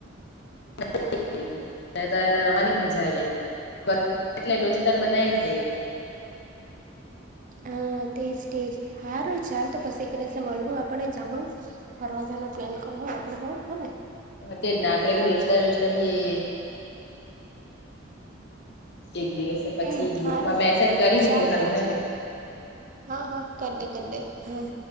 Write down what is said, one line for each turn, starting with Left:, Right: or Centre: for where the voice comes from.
Left: <unintelligible> એ તો એને રમાની જ મજા આઈ ગઈ. એટલે દોસ્તાર બનાઈ જ દે ઈ તો.
Right: <unintelligible> હન, તેઝ તેઝ હારું ચાલ તો પછી એક દિસે મલવું આપડે જાહુ ફરવાજાનો પ્લેન પનહુ આપડે હો, હ ને.
Left: હ તે જ ને આપડે બી દોસ્તા-દોસ્તા હી એક દિવસે પછી
Right: હમ
Left: ગ્રુપમાં
Right: હારું
Left: મેસેજ કરી મૂકું
Right: ચાલ
Left: સારું
Right: તો
Left: હે ને.
Right: હા, હા, કર ડે કર ડે હમ.